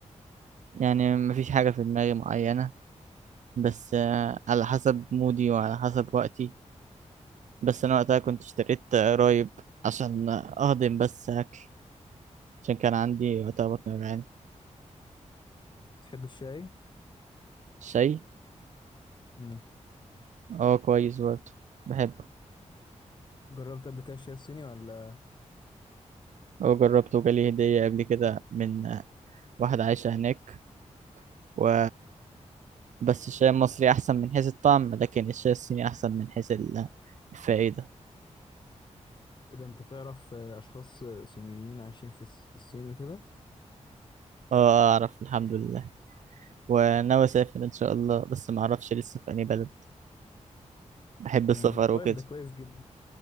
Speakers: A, on the right (about 75°); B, on the left (about 40°).
A: يعني مفيش حاجة في دماغي معينة بس آه، على حسب مودي وعلى حسب وقتي بس أنا وقتها كنت اشتريت قرايب عشان أهضم بس أكل عشان كان عندي وقتها بطن وجعان
B: بتحب الشاي
A: شاي
B: مم.
A: اه كويس برضه بحبه
B: جربت قبل كده الشاي الصيني ولا
A: هو جربته وجالي هدية قبل كده من آه، واحدة عايشة هناك و بس الشاي المصري أحسن من حيث الطعم لكن الشاي الصيني أحسن من حيث ال- الفائدة
B: ايه ده انت تعرف آه، اشخاص آه، صينيين عايشين في الص- في الصين وكده
A: آه، أعرف الحمد لله وناوي أسافر إن شاء الله بس ما أعرفش لسه في أي بلد بحب
B: مم.
A: السفر
B: طيب
A: وكده
B: ده كويس جدا